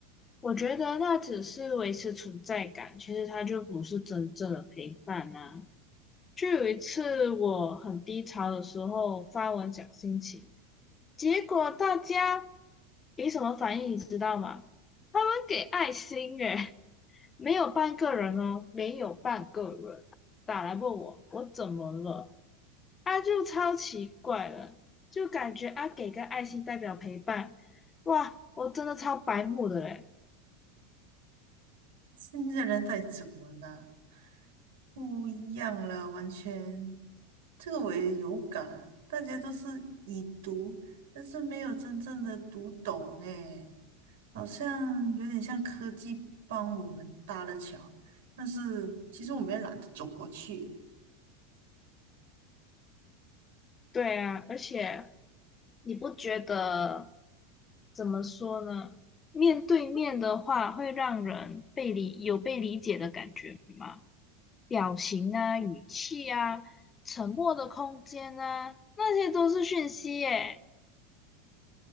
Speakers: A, on the left (about 20°); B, on the right (about 80°).
A: 我觉得那只是维持存在感，其实它就不是真正的陪伴啊。就有一次我很低潮的时候发文讲心情，结果大家给什么反应你知道吗？他们给爱心诶，没有半个人哦，没有半个人打来问我我怎么了，啊就超奇怪了，就感觉啊给个爱心代表陪伴，哇，我真的超白目的嘞。
B: 现在人在怎么了？不一样了，完全。这个我也有感，大家都是已读，但是没有真正的读懂，诶，好像有点像科技帮我们搭了桥，但是其实我们也懒得走过去。
A: 对啊，而且你不觉得怎么说呢？面对面的话，会让人被理，有被理解的感觉吗？表情啊、语气啊、沉默的空间啊，那些都是讯息耶。